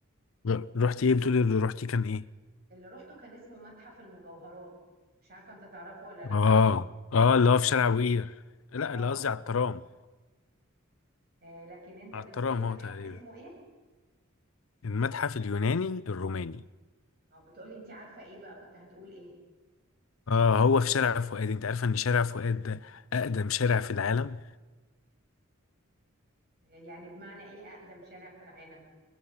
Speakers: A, on the left; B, on the right.
A: ر- رحتي ايه بتقولي اللي رحتي كان ايه
B: اللي روحته كان اسمه متحف المجوهرات مش عارفه انت تعرفه ولا لا
A: اه اه اللي هو في شارع بوقير لا
B: اه
A: اللي قصدي على الترام
B: آه، لكن انت
A: على
B: بتقولي
A: الترام
B: المتحف
A: هو تقريبا
B: اسمه ايه
A: المتحف اليوناني الروماني
B: اه بتقولي انت عارفة ايه بقى كنت هتقول ايه
A: اه هو في شارع فؤاد انت عارفه ان شارع فؤاد ده اقدم شارع في العالم
B: يعني بمعنى ايه اقدم شارع في العالم